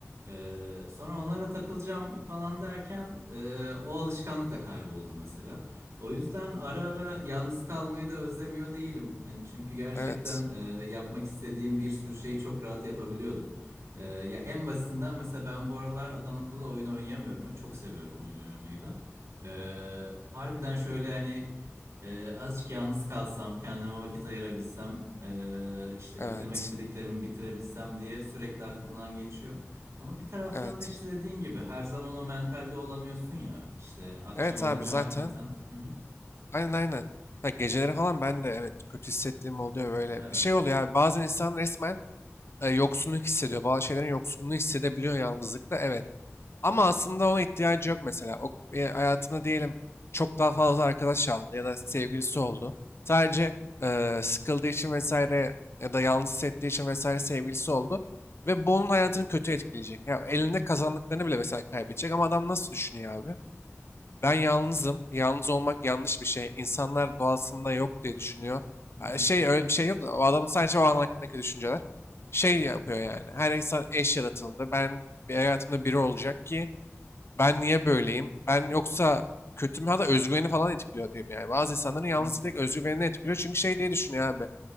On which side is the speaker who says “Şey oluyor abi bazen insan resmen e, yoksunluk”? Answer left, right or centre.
Left